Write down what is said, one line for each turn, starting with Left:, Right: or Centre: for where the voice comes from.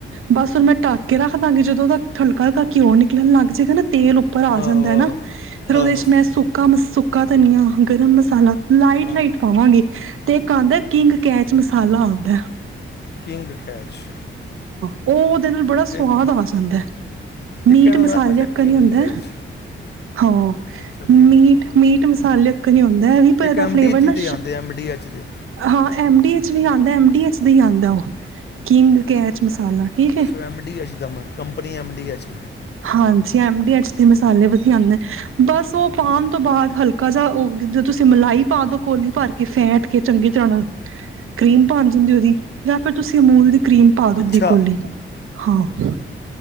Right: ਬਸ ਢੱਕ ਕੇ ਰੱਖ ਦਵਾਂਗੇ, ਜਦੋਂ ਉਹਦਾ ਹਲਕਾ-ਹਲਕਾ ਘਿਓ ਨਿਕਲਣ ਲੱਗ ਜਾਏਗਾ ਨਾ ਤੇਲ ਉੱਪਰ ਆ
Left: ਆਹੋ
Right: ਜਾਂਦਾ
Left: ਆਹੋ
Right: ਨਾ ਫਿਰ ਉਹਦੇ
Left: ਆਹੋ
Right: ਚ ਮੈਂ ਸੁੱਕਾ-ਸੁੱਕਾ ਧਨੀਆ, ਗਰਮ ਮਸਾਲਾ, ਲਾਈਟ
Left: ਆਹੋ
Right: ਲਾਈਟ ਪਾਵਾਂਗੀ ਤੇ ਇੱਕ ਆਦਾ ਕਿੰਗ ਕੈਚ ਮਸਾਲਾ ਆਦਾ।
Left: King catch.
Right: ਉਹ ਨਾਲ ਬੜਾ ਸਵਾਦ
Left: ਇੱਕ ਹ-
Right: ਆ ਜਾਂਦਾ, ਮੀਟ
Left: ਇੱਕ ਇਹਨਾਂ ਦਾ
Right: ਮਸਾਲੇ
Left: ਅੱਛਾ ਕਿੰਗ
Right: ਨੀ ਹੁੰਦਾ
Left: ਕੈਚ
Right: ਹਾਂ,
Left: ਅੱਛਾ ਠੀਕ
Right: ਮੀਟ-ਮੀਟ
Left: ਹੈ
Right: ਮਸਾਲਾ ਹਾਲੇ ਇੱਕ ਨਹੀਂ ਹੁੰਦਾ। ਮੈ ਵੀਹ ਰੁਪਏ
Left: ਇੱਕ
Right: ਦਾ।
Left: ਐਮਡੀਐਚ
Right: ਫ਼ਿਰ ਨਾ
Left: ਦੇ ਆਉਂਦੇ ਐਮਡੀਐਚ ਦੇ
Right: ਹਾਂ, ਐਮ ਡੀ ਵੀ ਆਦਾ ਐਮ ਡੀ ਐਚ ਦਾ ਹੀ ਆਦਾ, ਉਹ ਕਿੰਗ ਕੈਚ ਮਸਾਲਾ। ਠੀਕ
Left: ਬਸ
Right: ਹੈ।
Left: ਐਮ ਡੀ ਐਚ ਦਾ, ਕੰਪਨੀ ਐਮ ਡੀ ਐਚ।
Right: ਹਾਂਜੀ ਐਮ ਡੀ ਐਚ ਮਸਾਲੇ ਵਧੀਆ ਆਦੇ, ਬਸ ਉਹ ਪਾਣ ਤੋਂ ਬਾਅਦ ਹਲਕਾ ਜਿਹਾ ਜਦ ਤੁਸੀਂ ਮਲਾਈ ਪਾ ਦੋ ਕੋਲੀ ਭਰ ਕੇ ਫੇਟ ਕੇ ਚੰਗੀ ਤਰ੍ਹਾਂ ਨਾਲ ਕਰੀਮ ਬਣ ਜਾਂਦੀ ਉਹਦੀ ਜਾਂ ਫਿਰ ਤੁਸੀਂ ਅਮੂਲ ਦੀ ਕਰੀਮ ਪਾ ਦੋ
Left: ਅੱਛਾ
Right: ਅੱਧੀ ਕੋਲੀ ਹਾਂ।